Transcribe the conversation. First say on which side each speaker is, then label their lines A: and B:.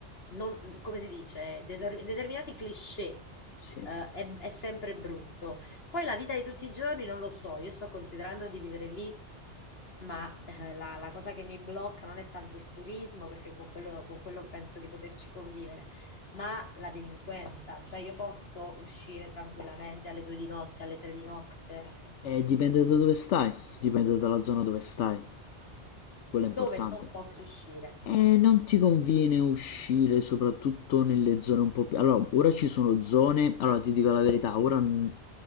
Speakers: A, on the left (about 60°); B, on the left (about 85°).
A: non- come si dice, Deter- determinati cliché.
B: sì.
A: eh, è, è sempre brutto. Poi la vita di tutti i giorni non lo so, io sto considerando di vivere lì, ma eh, la, la cosa che mi blocca non è tanto il turismo, perché con quello, con quello penso di poterci convivere, ma la delinquenza, cioè io posso uscire tranquillamente alle due di notte, alle tre di notte,
B: E dipende da dove stai, dipende dalla zona dove stai, quello è
A: dove
B: importante.
A: non posso uscire?
B: Eh, non ti conviene uscire soprattutto nelle zone un po' più... Allora, ora ci sono zone, allora ti dico la verità, ora mm,